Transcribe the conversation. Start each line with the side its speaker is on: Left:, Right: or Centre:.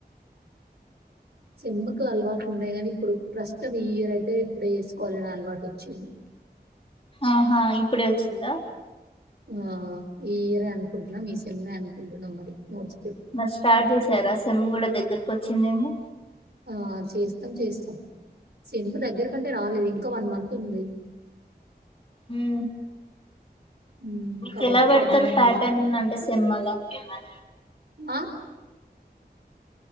Right: సేమ్ కి అలవాట్లు ఉన్నాయి కానీ ఇప్పుడు ప్రస్తుతం ఈ ఇయర్ అయితే ఇప్పుడే చేసుకోవాలనే అలవాటు వచ్చింది
Left: ఆహా ఇప్పుడే వచ్చిందా
Right: ఆ ఈ ఇయరే అనుకుంటున్నాం ఈ సేమే అనుకుంటున్నాం మరి నోడ్
Left: మరి స్టార్ట్ చేసారా సెమ్ కూడా దగ్గరకు వచ్చిందేమో
Right: ఆ చేస్తాం చేస్తాం సేమ్ దగ్గర కంటే రాలేదు ఇంకా వన్ మంత్ ఉంది
Left: ఉ
Right: హ్మ్.
Left: మీకు
Right: కాబట్టి
Left: ఎలా
Right: ప్రాబ్లమ్
Left: పడతారు
Right: ఏం
Left: ప్యాటర్న్
Right: లేదు.
Left: అంటే సేమ్ అలా ఏది
Right: ఆ